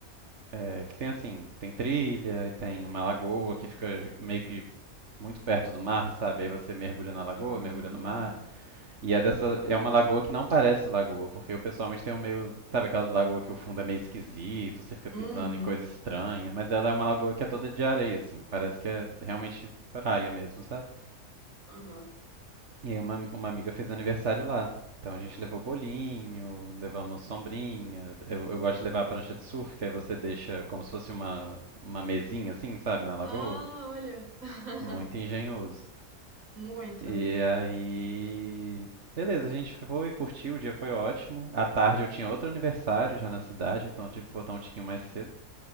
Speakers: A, on the right; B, on the right.
A: é, que tem assim, tem trilha e tem uma lagoa que fica meio que muito perto do mar, sabe? Aí você mergulha na lagoa,
B: Hum,
A: mergulha no mar. E é dessa,
B: olha.
A: é uma lagoa que não parece lagoa, porque eu pessoalmente tenho meio, sabe aquelas lagoas que o fundo é meio esquisito, você fica pisando
B: Uhum.
A: em coisa estranha, mas ela é uma lagoa que é toda de areia, assim, parece que é realmente praia mesmo, sabe?
B: aham.
A: E aí uma, uma amiga fez aniversário lá. Então a gente levou bolinho, levamos sombrinha. Eu, eu gosto de levar a prancha de surf, que aí você deixa como se fosse uma, uma mesinha assim, sabe, na lagoa.
B: Ah, olha. <laughs>
A: Muito engenhoso.
B: Muito.
A: E aí. Beleza, a gente foi, curtiu, o dia foi ótimo. À tarde eu tinha outro aniversário já na cidade, então eu tive que voltar um tiquinho mais cedo.